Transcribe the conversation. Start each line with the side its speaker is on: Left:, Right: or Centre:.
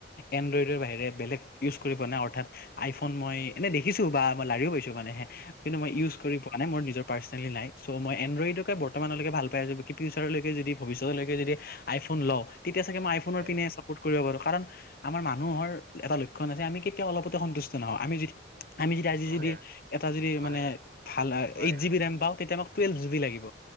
Left: এণ্ড্ৰইডৰ বাহিৰে বেলেগ ইউজ কৰি পোৱা নাই অৰ্থাৎ আইফোন মই এনেই দেখিছোঁ বা মই লাৰিও পাইছোঁ মানেহে কিন্তু মই ইউজ কৰি পোৱা নাই মোৰ নিজৰ পাৰ্চ মই এড্ৰইডকে ব্তলৈে ভাল পাইছো ফউচাৰলৈে যদি ভিষ্য আইফোন লওঁ তেতিয়া চাগে মই আইফোনৰ
Right: হয়
Left: পিনে চাপৰ্ট কৰিব পাৰো কাৰণ আমাৰ মানুহৰ এটা লক্ষণ আছে আমি কেতিয়া অলপতে সন্তুষ্ট নহওঁ আমি য আমি যদি আজি
Right: হয়
Left: যদি
Right: হয়
Left: এটা যদি
Right: হয়
Left: মানে
Right: হয়
Left: ভাল
Right: হয়
Left: এইট
Right: হয়
Left: জিব বি ৰেম পাওঁ তেতিয়া আমাক টুৱেলভ জিবি লাগিব